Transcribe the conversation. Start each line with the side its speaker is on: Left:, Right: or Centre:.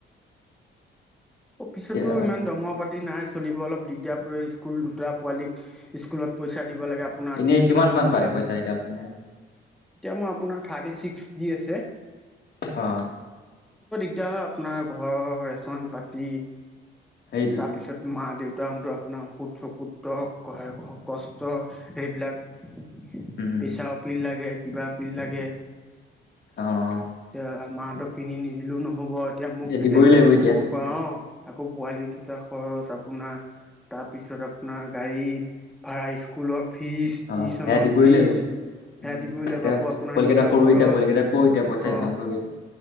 Centre: অফিছতো
Left: এতিয়া
Centre: ইমান দৰমহা পাতি নাই। চলিব অলপ দিগদাৰ কৰে। স্কুল দুটা পোৱালীক স্কুলত পইচা দিব লাগে আপোনাৰ
Left: এনেই
Centre: টিচনত
Left: কিমান মান
Centre: দিব
Left: পায়
Centre: লাগে,
Left: পইচা
Centre: এতিয়া
Left: এতিয়া আপুনি
Centre: মই আপোনাৰ থাৰ্টি ছিক্স দি আছে।
Left: অ।
Centre: এতিয়া হয় আপোনাৰ ঘৰৰ ৰেচন পাতি
Left: সেইটোৱে
Centre: তাৰপিছত মা দেউতা। উদ্তাহৰণটো আপোনাৰ সুত চকুতহায় কষ্ট সেইবিলাক।
Left: উম
Centre: পেচাঅ পিল লাগে, কিবা আপিল লাগে।
Left: অ, অ।
Centre: এতিয়া মাহতক কিনি নিদিলেও নহব, এতিয়া মোক যেতিয়া
Left: দিবই লাগিব এতিয়া
Centre: সৰু পৰা অ, আকৌ পোৱালি দুটা খৰচ আপোনাৰ। তাৰ পিছত আপোনাৰ গাড়ী ভাড়া স্কুলত ফিজ
Left: অ
Centre: টিউচনৰ
Left: সেয়া দিবই
Centre: ফিজ।
Left: লাগিব
Centre: সেয়া
Left: উম,
Centre: দিবই লাগিব
Left: এতিয়া
Centre: আকৌ আপোনাৰ
Left: পোৱালিকেইটা
Centre: নিজৰ
Left: সৰু
Centre: খৰচ
Left: এতিয়া পোৱালিকেইটা ক' এতিয়া পইচা
Centre: অ
Left: ইনকাম কৰিবি।